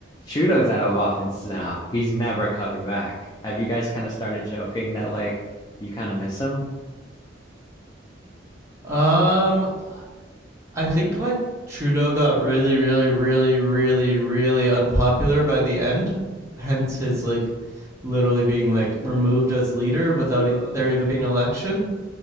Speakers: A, on the left; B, on the right.
A: Trudeau's out of office now. He's never coming back. Have you guys kind of started joking that like you kind of miss him?
B: <laughs> um, I think like Trudeau got really, really, really, really, really unpopular by the end. Hence his like literally being like removed as leader without
A: Oh
B: e- there even being an election.